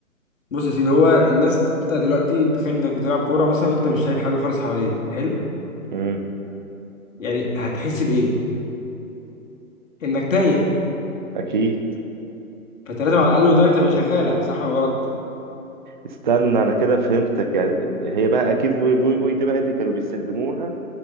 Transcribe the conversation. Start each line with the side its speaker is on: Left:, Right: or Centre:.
Left: بص يا سيدي هو الناس انت دلوقتي تخيل انك بتلعب كورة مثلا وانت مش شايف حاجة خالص حواليك حلو
Right: مم.
Left: يعني هتحس بايه انك تايه
Right: اكيد
Left: فانت لازم على الاقل ودانك تبقى شغاله صح ولا غلط
Right: استنى انا كده فهمتك يعني هي بقى اكيد فوي فوي فوي دي بقى دي كانوا بيستخدموها